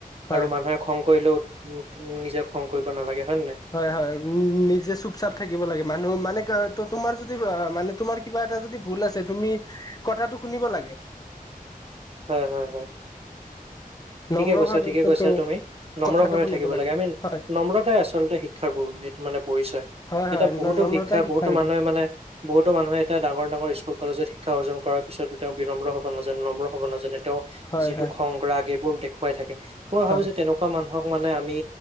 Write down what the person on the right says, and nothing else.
আৰু মানুহে খং কৰিলেও নিজে খং কৰিব নালাগে, হয় নাই?
হয়', হয়', হয়',। ঠিকে
কৈছা
ঠিকে কৈছা
তুমি নম্ৰ
ভাৱে
থাকিব লাগে, আমি
নম্ৰতাই আচলতে শি শিক্ষাৰ ব' এইটো মানে পৰিচয়,
এটা বহুতো
শিক্ষা
বহুতো
মানুহে মানে বহুতো মানুহ এটা ডাঙৰ- ডাঙৰ স্কুল কলেজত শিক্ষা অৰ্জন কৰাৰ পছত তেওঁ বিনম্ৰ হ'ব নাজানে, নম্ৰ হ'ব নাজানে। তেওঁ
যিটো
খং, ৰাগ এইবোৰ দেখুৱাই থাকে মই
ভাবো যে তেনেকুৱা মানুহক মানে আমি,